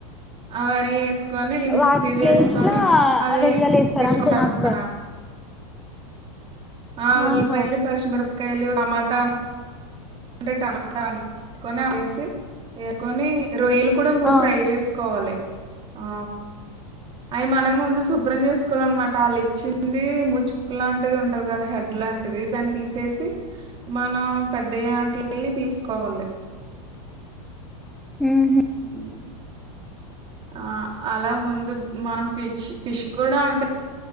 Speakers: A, on the right; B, in the centre.
A: అవన్ని వేసుకొని మిక్సీ
B: వాటి ప్లేస్
A: చేేసుకొని
B: లా
A: అవి
B: రొయ్యలేస్తారు
A: పెట్టుకుంటాం
B: అంతేనా అక్క
A: పక్కన. ఆ ఉల్లిపాయాలు
B: ఆహా
A: పచ్చిమిర. పకాయలు, టమాటాఉంటే ఆ టమాటా పేస్ట్. ఏసుకొని రొయ్యలు కూడా ముందు
B: ఆ
A: ఫ్రై చేసుకోవాలి. ఆ అయి మనం ముందు శుభ్రం చేసుకోవాలన్న మాట. వాళ్ళు ఇచ్చింది ముచ్చి. ముక్కు లాంటిది ఉంటది కదా హెడ్ లాంటిది దాన్ని తీసేసి. మనం పెద్ద యాటల్ని తీసుకోవాలి.
B: ఉహు.
A: ఉ ఆ అలా ముందు మనం ఫిష్ ఫిష్ కూడా అంతే.